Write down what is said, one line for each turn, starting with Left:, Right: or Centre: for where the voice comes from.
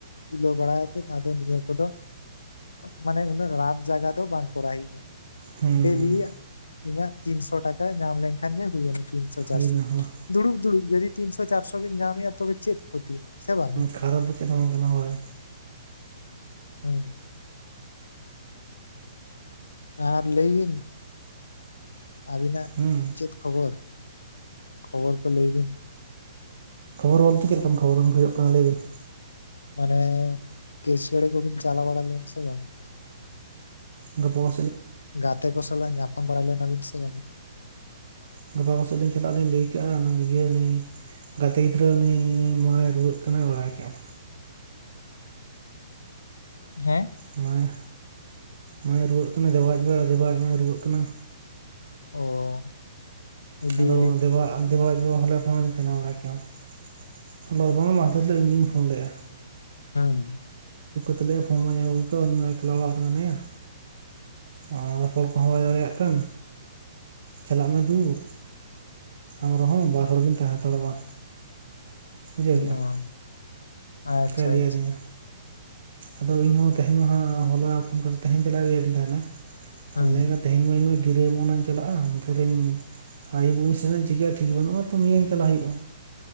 Left: ᱛᱩᱞᱟᱹᱣ ᱵᱟᱲᱟ ᱠᱟᱛᱮᱫ ᱟᱫᱚ ᱱᱤᱭᱟᱹ ᱠᱚᱫᱚ ᱢᱟᱱᱮ ᱩᱱᱟᱹᱜ ᱞᱟᱵᱷ ᱡᱟᱭᱜᱟ ᱫᱚ ᱵᱟᱝ ᱠᱚᱨᱟᱣ ᱦᱩᱭᱩᱜᱼᱟ
Right: ᱦᱩᱸ
Left: ᱰᱮᱞᱤ ᱤᱧᱟᱹᱜ ᱛᱤᱱᱥᱚ ᱴᱟᱠᱟ ᱧᱟᱢ ᱞᱮᱱᱠᱷᱟᱱ ᱜᱮ ᱦᱩᱭᱱᱟ ᱛᱤᱱᱚ ᱪᱟᱨᱥᱚ
Right: ᱦᱳᱭ ᱚᱱᱟ ᱦᱚᱸ
Left: ᱫᱩᱲᱩᱵ ᱫᱩᱲᱩᱵ ᱡᱩᱫᱤ ᱛᱤᱱ ᱪᱟᱨᱥᱚ ᱵᱤᱱ ᱧᱟᱢᱮᱜ-ᱟ ᱛᱚᱵᱮ ᱪᱮᱫ ᱠᱷᱚᱛᱤ ᱥᱮ ᱵᱟᱝ
Right: ᱠᱷᱟᱨᱟᱵᱷ ᱫᱚ ᱪᱮᱫ ᱜᱮ ᱵᱟᱝ ᱠᱟᱱᱟ ᱦᱚᱭ
Left: ᱦᱮᱸ ᱟᱨ ᱞᱟᱹᱭ ᱵᱤᱱ ᱟᱹᱵᱤᱱᱟᱜ
Right: ᱦᱩᱸ
Left: ᱪᱮᱫ ᱠᱷᱚᱵᱚᱨ ᱠᱷᱚᱵᱚᱨ ᱠᱚ ᱞᱟᱹᱭ ᱵᱤᱱ
Right: ᱠᱷᱚᱵᱚᱨ ᱚᱞᱛᱮ ᱪᱮᱫ ᱞᱮᱠᱟᱱ ᱠᱷᱚᱵᱚᱨ ᱵᱤᱱ ᱠᱷᱚᱡᱚᱜ ᱠᱟᱱᱟ ᱞᱟᱹᱭ ᱵᱤᱱ
Left: ᱢᱟᱱᱮ ᱠᱮᱥᱲ ᱠᱚᱵᱤᱱ ᱪᱟᱞᱟᱣ ᱵᱟᱲ ᱞᱮ ᱥᱮ ᱵᱟᱝ
Right: ᱜᱟᱯᱚ
Left: ᱜᱟᱛᱮ ᱠᱚ ᱥᱟᱞᱟᱜ ᱧᱟᱯᱟᱢ ᱵᱟᱲᱟ ᱞᱮᱱᱟ ᱵᱤᱱ ᱥᱮ ᱵᱟᱝ
Right: ᱜᱟᱯᱟ ᱠᱚᱥᱮᱫ ᱞᱤᱧ ᱪᱟᱞᱟᱜ ᱞᱤᱧ ᱞᱟᱹᱭ ᱠᱟᱜᱼᱟ ᱤᱭᱟᱹ ᱱᱩᱭ ᱜᱟᱛᱮ ᱜᱤᱫᱽᱨᱟᱹ ᱩᱱᱤ ᱢᱟᱞᱮ ᱨᱩᱣᱟᱹᱜ ᱠᱟᱱᱟᱭ ᱵᱟᱲᱟᱭ ᱠᱮᱫᱮᱜᱼᱟ
Left: ᱦᱮᱸ
Right: ᱟᱢ ᱢᱟᱭ ᱢᱟᱭ ᱨᱩᱣᱟᱹᱜ ᱠᱟᱱᱟᱭ ᱫᱮᱵᱟ ᱟᱡ ᱫᱚ ᱫᱮᱵᱟᱟᱭ ᱟᱡ ᱢᱟᱭ ᱨᱩᱣᱟᱹᱜ ᱠᱟᱱᱟ
Left: ᱚ ᱟᱹᱰᱤ
Right: ᱟᱫᱚ ᱫᱮᱵᱟ ᱫᱮᱵ ᱟᱡᱵᱟ ᱦᱚᱞᱮ ᱯᱷᱳᱱᱧ ᱛᱟᱦᱮᱱᱟ ᱵᱟᱨᱟᱭ ᱠᱤᱞᱚ ᱦᱚᱞᱟ ᱵᱟᱝᱟ ᱢᱟᱫᱟᱨ ᱦᱤᱞᱳᱜ ᱤᱧᱜᱤᱧ ᱯᱷᱳᱱ ᱞᱮᱫᱼᱟ
Left: ᱦᱮᱸ
Right: ᱛᱟᱞᱮᱭᱟ ᱯᱷᱳᱱᱟᱹᱧ ᱟᱹᱜᱩ ᱠᱟᱜ ᱩᱱᱤ ᱢᱟ ᱮᱠᱞᱟ ᱚᱲᱟᱜ ᱨᱮ ᱢᱮᱱᱟᱭᱟ ᱟᱨ ᱨᱚᱯᱚᱲ ᱠᱚᱦᱚᱸ ᱵᱟᱭ ᱫᱟᱲᱮᱭᱟᱜ ᱠᱟᱱ ᱪᱟᱞᱟᱜ ᱢᱮ ᱫᱩᱲ ᱟᱢ ᱨᱮ-ᱦᱚᱸ ᱵᱟᱨ ᱦᱚᱲ ᱵᱮᱤᱱ ᱛᱟᱦᱮᱸ ᱦᱟᱛᱟᱲᱚᱜᱼᱟ ᱵᱩᱡᱷᱟᱹᱣ ᱠᱮᱜᱼᱟᱢ
Left: ᱚ ᱟᱪᱪᱷᱟ
Right: ᱚᱱᱠᱟᱭ ᱞᱟᱹᱭ
Left: ᱟᱪᱪᱷᱟ
Right: ᱟᱹᱫᱤᱧᱟ ᱟᱫᱚ ᱤᱧᱦ ᱛᱟᱦᱮᱸ ᱤᱧ ᱢᱟ ᱦᱟᱸ ᱦᱚᱞᱟ ᱯᱷᱳᱱ ᱠᱟᱛᱮ ᱛᱮᱦᱮᱧ ᱪᱟᱞᱟᱜ ᱨᱮᱧ ᱛᱟᱦᱮᱱᱟ
Left: ᱦᱩᱸ
Right: ᱟᱫᱚ ᱞᱟᱹᱭᱟᱱ ᱛᱮᱦᱮᱧ ᱢᱟᱟᱹᱧ ᱢᱮ ᱜᱤᱨᱟᱹᱢ ᱪᱟᱞᱟᱜᱼᱟ ᱚᱱᱛᱮ ᱨᱮᱧ ᱟᱭᱩᱵᱚᱜ ᱤᱧ ᱥᱮᱱ ᱪᱤᱠᱟᱹᱭᱟ ᱴᱷᱤᱠ ᱵᱟᱹᱱᱩᱜᱼᱟ ᱛᱚ ᱱᱤᱭᱟᱹᱧ ᱪᱟᱞᱟᱜ ᱦᱩᱭᱩᱜᱼᱟ